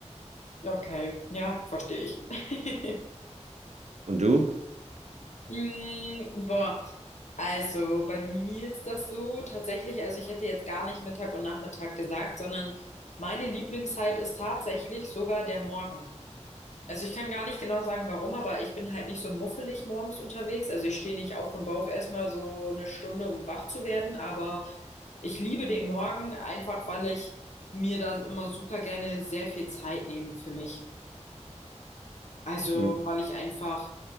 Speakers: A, on the left; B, on the right.
A: Okay, ja, verstehe ich. <laughs>
B: Und du?
A: Mm, boah, also bei mir ist das so tatsächlich, also ich hätte jetzt gar nicht Mittag und Nachmittag gesagt, sondern meine Lieblingszeit ist tatsächlich sogar der Morgen. Also ich kann gar nicht genau sagen, warum, aber ich bin halt nicht so muffelig morgens unterwegs. Also ich stehe nicht auf und brauche erstmal so eine Stunde, um wach zu werden, aber ich liebe den Morgen einfach, weil ich mir da immer super gerne sehr viel Zeit nehme für mich. Also
B: Hm,
A: weil ich einfach,